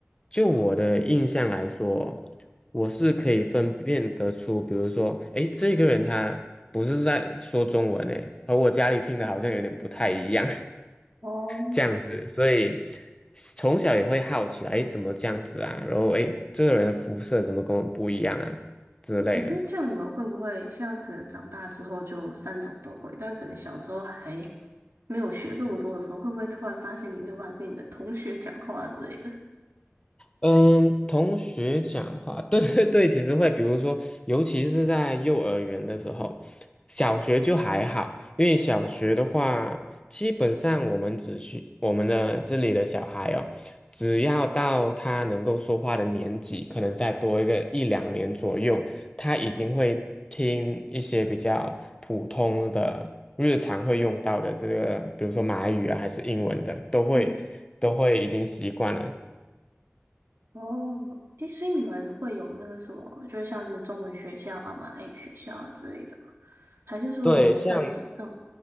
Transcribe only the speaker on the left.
就我的印象来说，我是可以分辨得出，比如说，诶，这个人他不是在说中文诶，和我家里听的好像有点不太一样。
这样子，所以从小也会好奇，哎，怎么这样子啊？然后哎，诶这个人的肤色怎么跟我们不一样啊之类的。
嗯，同学讲话，<laughs> 对对对，其实会，比如说，尤其是在幼儿园的时候，小学就还好，因为小学的话，基本上我们只需我们的这里的小孩哦，只要到他能够说话的年纪，可能再多一个一两年左右，他已经会听一些比较普通的日常会用到的这个，比如说马来语啊，还是英文的，都会都会已经习惯了。
对，像